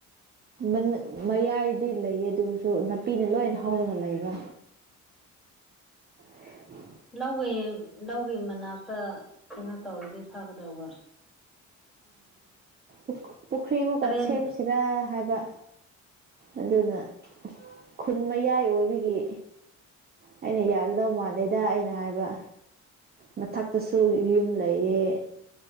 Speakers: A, on the right; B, in the centre.
A: <unintelligible> ꯃꯌꯥꯏꯗꯤ ꯂꯩꯌꯦ ꯑꯗꯨꯁꯨ ꯅꯥꯄꯤꯅ ꯂꯣꯏ ꯍꯧꯔꯒ ꯂꯩꯕ ꯍ
B: ꯂꯧꯒꯤ ꯂꯧꯒꯤ ꯃꯅꯥꯛꯇ ꯀꯩꯅꯣ ꯇꯧꯔꯗꯤ ꯐꯒꯗꯧꯕ
A: ꯎ ꯄꯨꯈ꯭ꯔꯤꯃꯨꯛꯀ
B: ꯇꯔꯦꯟ
A: ꯁꯦꯝꯁꯤꯔꯥ ꯍꯥꯏꯕ ꯑꯗꯨꯅ ꯈꯨꯟ ꯃꯌꯥꯏ ꯑꯣꯏꯕꯒꯤ ꯑꯩꯅ ꯌꯥꯒꯗꯧ ꯃꯥꯟꯗꯦꯗ ꯑꯩꯅ ꯍꯥꯏꯕ ꯃꯊꯛꯇꯁꯨ ꯌꯨꯝ ꯂꯩꯌꯦ